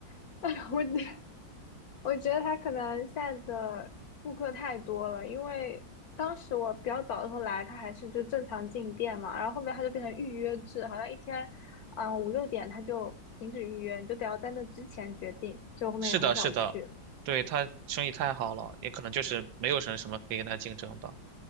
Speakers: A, on the left (about 60°); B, on the right (about 80°).
A: <laughs> 我觉我觉得他可能现在的顾客太多了，因为当时我比较早的时候来，他还是就正常进店嘛，然后后面他就变成预约制，好像一天，嗯、五六点他就停止预约，你就得要在那之前决定，所以我后面也很少去。
B: 是的，是的，对，他生意太好了，也可能就是没有什么什么可以跟他竞争吧。